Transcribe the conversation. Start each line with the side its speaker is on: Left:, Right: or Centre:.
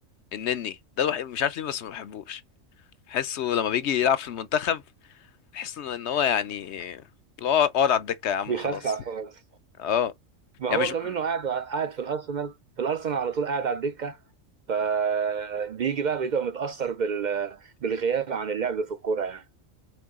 Left: النني ده الوحيد مش عارف ليه بس ما بحبوش بحسه لما بيجي يلعب في المنتخب بحس ان إن هو يعني اللي هو اقعد على الدكة يا عم
Right: بيخسع
Left: خلاص
Right: خالص
Left: اه
Right: ما
Left: يعني
Right: هو
Left: مش
Right: كمان إنه قاعد قاعد في الأرسنال في الأرسنال على طول قاعد على الدكة فبيجي بقى بيبقى متأثر بال... بالغياب عن اللعب في الكورة يعني